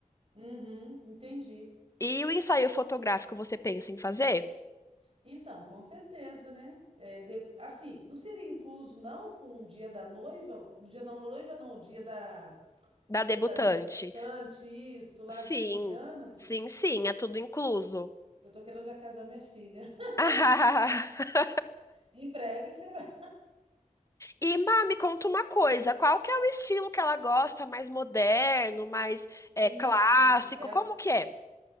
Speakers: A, on the right; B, on the left.
A: Uhum, entendi.
B: E o ensaio fotográfico você pensa em fazer?
A: Então, com certeza, né? É, de- assim, não seria incluso, não, com o dia da noiva? O dia da noiva, não, o dia da,
B: Da debutante?
A: da debutante, isso, lá
B: Sim,
A: de 15 anos?
B: sim, sim, é tudo incluso.
A: Eu tô querendo já casar minha filha. <laughs>
B: <laughs>
A: Em breve será.
B: e, Má, me conta uma coisa, qual que é o estilo que ela gosta? Mais moderno, mais
A: Não,
B: é, clássico?
A: não. Ela,
B: Como que é?